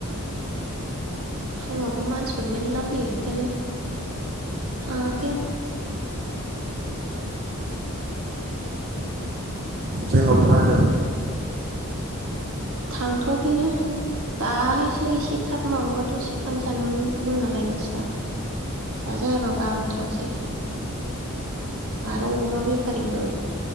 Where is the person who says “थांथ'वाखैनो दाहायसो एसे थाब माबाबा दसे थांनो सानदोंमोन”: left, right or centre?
Right